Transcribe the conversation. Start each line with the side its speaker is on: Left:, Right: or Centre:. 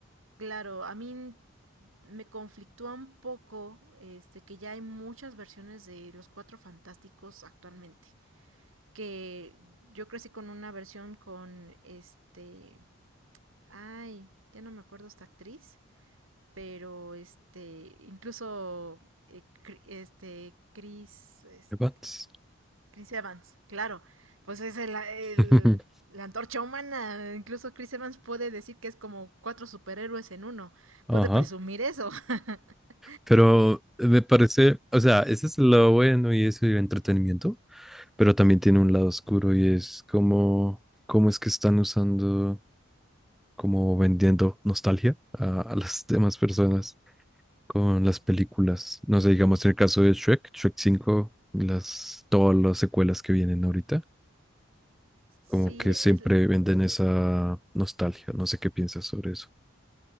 Right: claro, a mí me conflictúa un poco este, que ya hay muchas versiones de Los Cuatro Fantásticos actualmente que yo crecí con una versión con este, ay, ya no me acuerdo esta actriz, pero este, incluso eh, este Chris, este,
Centre: Evans.
Right: Chris Evans, claro, pues es el, el-
Centre: <laughs>
Right: la antorcha humana, incluso Chris Evans puede decir que es como cuatro superhéroes en uno,
Centre: Ajá.
Right: puede presumir eso. <laughs>
Centre: Pero eh, me parece, o sea, ese es el lado bueno y eso y entretenimiento, pero también tiene un lado oscuro y es como, cómo es que están usando, como vendiendo nostalgia a, a las demás personas. con las películas. No sé, digamos en el caso de Shrek, Shrek 5, las, todas las secuelas que vienen ahorita,
Right: Sí,
Centre: como que
Right: es...
Centre: siempre venden esa nostalgia. No sé qué piensas sobre eso.